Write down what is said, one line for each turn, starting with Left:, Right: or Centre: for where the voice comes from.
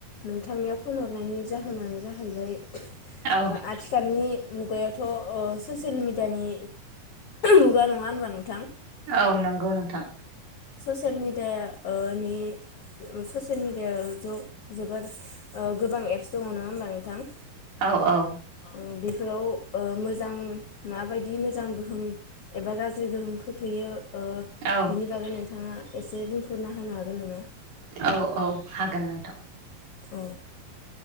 Left: नोंथांनियाव फन हरनायनि जाहोनानो जाहैबाय
Right: औ
Left: ओ आथिखालनि मुगायावथ' ओ ससियेल मिडियानि मुगा नङा होनबा नोंथां
Right: औ नंगौ नोंथां
Left: ससियेल मिडिया नि औ ससियेल मिडिया ज-जोबोर ओ गोबां एप्स दङ नङा होमबा नोंथां।
Right: औ औ
Left: ओ बेफोराव ओ मोजां माबायदि मोजां गोहोम एबा गाज्रि गोहोम खोख्लैयो ओ
Right: औ
Left: बिनि बागै नोंथाङा एसे बुंफुरना होनो हागोन नामा।
Right: औ औ हागोन नोंथां।
Left: औ